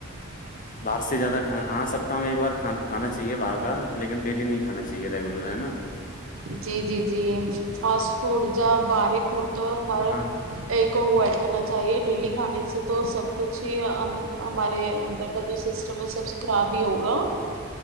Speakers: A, on the left; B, on the right.
A: باہر سے زیادہ کھانا ہاں ہفتہ میں ایک بار کھانا کھانا چاہیے باہر کا لیکن ڈیلی نہیں کھا چاہیے ریگولر ہے نا
B: جی جی جی فاسٹ فوڈ جہاں باریک تو ہر
A: ہاں
B: ایک ہوا کرنا چاہیے ڈیلی کھانے سے تو سب کچھ ہی ہمارے اندر کا جو سسٹم ہے سب خراب ہی ہوگا